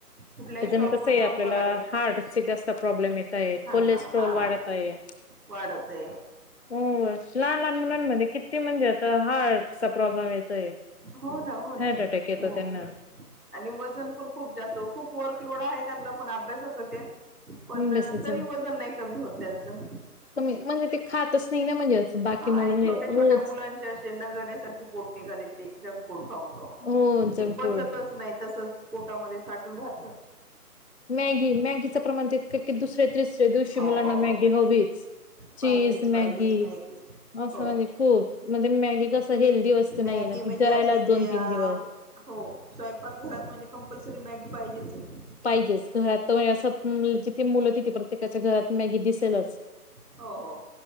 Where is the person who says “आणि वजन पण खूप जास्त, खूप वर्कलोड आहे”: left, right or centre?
Right